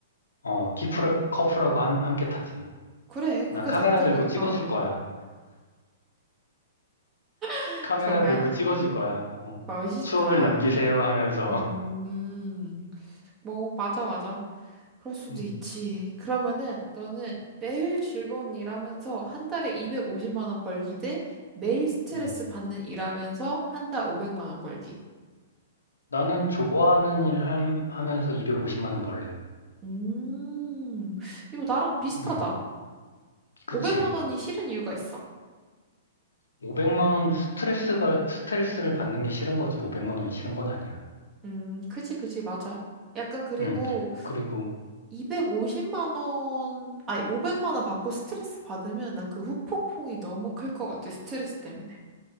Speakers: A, on the left; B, on the right.
A: 어, 키프라, 커프라고 함, 함께 타지.
B: 그래, 그게
A: 난 카메라
B: 낫다니까.
A: 들고 찍어줄 거야.
B: <laughs>
A: 카메라
B: 정말
A: 들고 찍어줄 거야. 어.
B: 멋있다.
A: 추억을 남기세요 하면서.
B: 음,
A: <laughs>
B: 뭐, 맞아, 맞아. 그럴 수도
A: 음.
B: 있지. 그러면은 너는 매일 즐거운 일 하면서 한 달에 250만 원 벌기 대 매일 스트레스
A: 음.
B: 받는 일 하면서 한 달 500만 원 벌기.
A: 나는 좋아하는 일 함- 하면서 250만 원 벌래.
B: 음, 이거 나랑 비슷하다.
A: 음. 그치.
B: 500만 원이 싫은 이유가 있어?
A: 500만 원 스트레스 받, 스트레스를 받는 게 싫은 거지. 500만 원이 싫은 건 아니야.
B: 음, 그지, 그지, 맞아. 약간 그리고
A: 음. 그리고
B: 250만 원, 아니, 500만 원 받고 스트레스 받으면 난 그 후폭풍이 너무 클 것 같아, 스트레스 때문에.